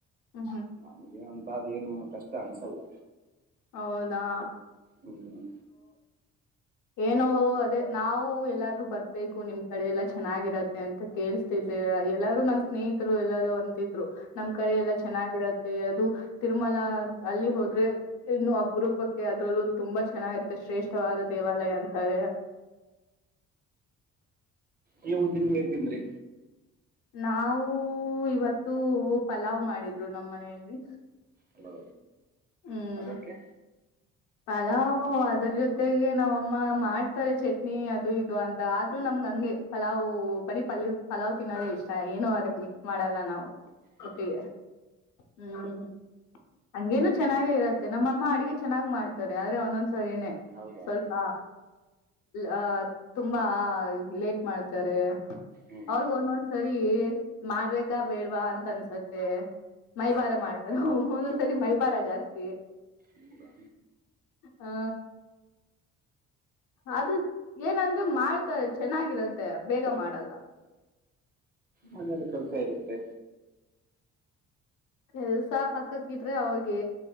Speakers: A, on the left (about 85°); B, on the right (about 30°).
A: ಹ್ಮ್
B: ನಮಗೆ ಅ ಅ ಏನು ಕಷ್ಟ ಅನ್ಸಲ್ಲ.
A: ಹೌದಾ.
B: ಹ್ಮ್
A: ಏನೋ ಅದೇ ನಾವು ಎಲ್ಲಾರೂ ಬರ್ಬೇಕು ನಿಮ್ ಕಡೆ ಎಲ್ಲಾ ಚೆನ್ನಾಗಿರತ್ತೆ ಅಂತ ಕೇಳ್ಸ್ತಿದ್ದೇ ಎಲ್ಲಾರೂ ನನ್ ಸ್ನೇಹಿತರು ಎಲ್ಲಾರೂ ಅಂತಿದ್ರು ನಮ್ ಕಡೆ ಎಲ್ಲಾ ಚೆನ್ನಾಗಿರತ್ತೆ ಅದು ತಿರುಮಲ ಅಲ್ಲಿ ಹೋದ್ರೆ ಇನ್ನು ಅಪರೂಪಕ್ಕೆ ಅದ್ರಲ್ಲೂ ತುಂಬಾ ಚೆನ್ನಾಗಿರುತ್ತೆ ಶ್ರೇಷ್ಠವಾದ ದೇವಾಲಯ ಅಂತಾರೆ
B: ನೀವು ತಿಂಡಿ ಏನ್ ತಿಂದ್ರಿ
A: ನಾವವು ಇವತ್ತು ಪಲಾವ್ ಮಾಡಿದ್ರು ನಮ್ಮ ಮನೆಯಲ್ಲಿ
B: ಹಲೋ
A: ಹ್ಮ್
B: ಅದಕ್ಕೆ
A: ಪಲಾವ್ ಅದರ ಜೊತೆಗೆ ನಮಮ್ಮ ಮಾಡ್ತಾರೆ ಚಟ್ನಿ ಅದು ಇದು ಅಂತ ಆದ್ರೂ ನಮ್ಗೆ ಹಂಗೆ ಪಲಾವ್ ಬರೀ ಪ್ ಪಲಾವ್ ತಿನ್ನೋದೇ ಇಷ್ಟ ಏನೋ ಅದಕ್ ಮಿಕ್ಸ್ ಮಾಡಲ್ಲ ನಾವು
B: ಹೌದಾ
A: ಒಟ್ಟಿಗೆ ಹ್ಮ್ ಹಂಗೇನು ಚೆನ್ನಾಗ ಇರತ್ತೆ ನಮ್ಮಮ್ಮ ಅಡಗೆ ಚೆನ್ನಾಗ್ ಮಾಡ್ತ ತಾರೆ ಆದ್ರೆ ಒಂದೊಂದ್ಸಾರಿನೆ
B: ಹೌದಾ
A: ಸ್ವಲ್ಪ ಅ ತುಂಬಾ ಲೇಟ್ ಮಾಡ್ತಾರೆ
B: ಹ್ಮ್
A: ಅವ್ರಗ ಒಂದೊಂದ್ಸರಿ ಮಾಡ್ಬೇಕಾ ಬೇಡ್ವಾ ಅಂತ ಅನ್ಸತ್ತೆ ಮೈಬಾರ ಮಾಡ್ತಾರ ಅವ ಒಂದೊಂದ್ಸರಿ ಮೈಬಾರ ಜಾಸ್ತಿ
B: ಹೌದಾ
A: ಹಾ ಅದು ಏನಂದ್ ಮಾಡ್ತಾಳ ಚೆನ್ನಾಗಿರತ್ತೆ ಬೇಗ ಮಾಡಲ್ಲ
B: ಮನೇೆಯಲ್ಲಿ ಕೆಲ್ಸ ಇರುತ್ತೆ
A: ಕೆಲ್ಸ ಪಕ್ಕಕ್ಕ ಇಟ್ರೆ ಅವ್ರಿಗೆ